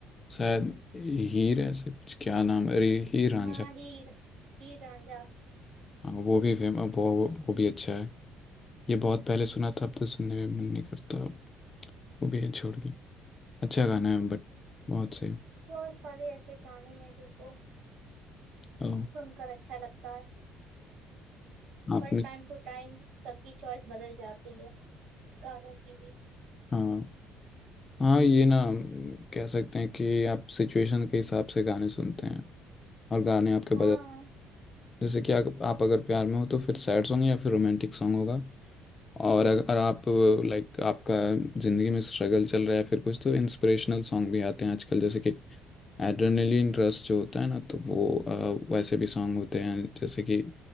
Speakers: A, on the left (about 25°); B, on the right (about 75°).
A: शायद हीर ऐसे कुछ क्या नाम है? अरे हीर रांझा
B: हाँ हीर हीर रांझा
A: हाँ वो भी फेमस वो वो भी अच्छा है ये बहुत पहले सुना था अब तो सुनने में मन नहीं करता अब वो भी है छोड़िए अच्छा गाना है बट बहुत सही
B: बहुत सारे ऐसे गाने हैं जिनको
A: ओ,
B: सुनकर अच्छा लगता है
A: आपने
B: पर टाइम टू टाइम सबकी चॉइस बदल जाती है गानों की भी
A: हाँ हाँ ये ना हम्म, कह सकते हैं कि आप सिचुएशन के हिसाब से गाने सुनते हैं और गाने आपके बजाय
B: हाँ
A: जैसे कि आप, आप अगर प्यार में हो तो फिर सैड सॉन्ग या फिर रोमांटिक सॉन्ग होगा और अगर आप लाइक आपका ज़िंदगी में स्ट्रगल चल रहा है फिर कुछ तो इंस्पिरेशनल सॉन्ग भी आते हैं आजकल जैसे कि एड्रेनलिन रश जो होता है ना तो वो अ, वैसे भी सॉन्ग होते हैं जैसे कि